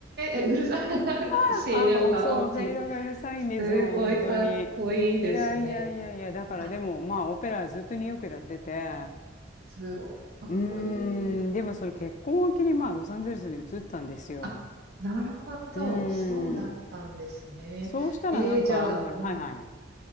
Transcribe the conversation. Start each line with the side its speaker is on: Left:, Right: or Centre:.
Right: えうるさい。<laughs>
Left: <laughs>
Right: 声量が大きい。
Left: あ、お、そう、ローがうるさいんですよ、
Right: すごいかっこいいですね。
Left: 本当に。いやいやいやいや、だからでも、
Right: あ、
Left: まあ、オペラずっとニューヨークでやってて、
Right: すごいかっこいい。
Left: うーん、でもその結婚を機に、まあ、ロサンゼルスに移ったんですよ。
Right: あ、なるほど。
Left: うーん。
Right: そうだったんですね。
Left: そうしたらなんかあんまり、
Right: ええじゃあ、うん
Left: はいはい。